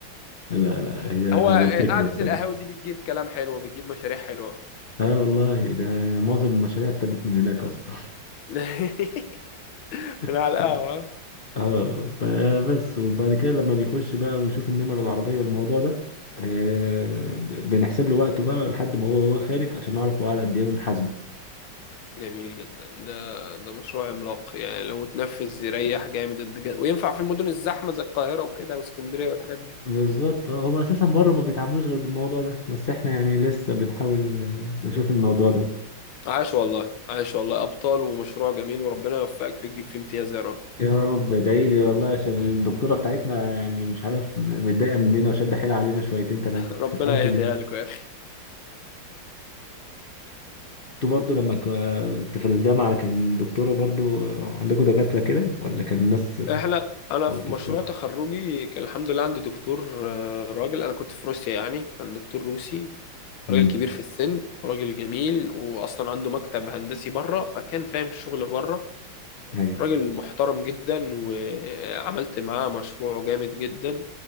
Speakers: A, on the left (about 60°); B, on the left (about 80°).
A: لا لا هي
B: هو
A: هي
B: آه،
A: الفكرة
B: قعدة
A: في سجن
B: القهاوي دي بتجيب كلام حلو بتجيب مشاريع حلوة
A: اه والله ده معظم المشاريع ابتدت من هناك اصلا <laughs>
B: <laughs>
A: ف...
B: من على القهوة
A: اه فبس وبعد كده لما بيخش بقى ويشوف النمر العربية والموضوع ده آه ب- بنحسب له وقته بقى لحد ما هو هو خارج عشان نعرف هو قعد قد ايه ونحاسبه
B: جميل جدا ده ده مشروع عملاق يعني لو اتنفذ يريح جامد الدج- وينفع في المدن الزحمة زي القاهرة وكده واسكندرية والحاجات دي
A: بالظبط آه، هو اساسا بره ما بيتعاملوش غير بالموضوع ده بس احنا يعني لسه بنحاول آه، نشوف الموضوع ده
B: عاش والله عاش والله ابطال ومشروع جميل وربنا يوفقك فيه تجيب فيه امتياز يا رب
A: يا رب ادعي لي والله عشان الدكتوره بتاعتنا يعني مش عارف م- متضايقه مننا وشاده حيلها علينا شويتين ثلاثه
B: <laughs> ربنا
A: تفهمش
B: يهديها
A: ليه
B: لك يا اخي
A: انتوا برضو لما ك- كنت في الجامعه كان دكتوره برضو آه، عندكم دكاتره كده ولا كان ناس
B: احنا انا
A: ملطف
B: في مشروع
A: شويه؟
B: تخرجي كان الحمد لله عندي دكتور آه، راجل انا كنت في روسيا يعني كان دكتور روسي راجل
A: امم
B: كبير في السن راجل جميل واصلا عنده مكتب هندسي بره فكان فاهم الشغل بره
A: ايوه
B: راجل محترم جدا وعملت معاه مشروع جامد جدا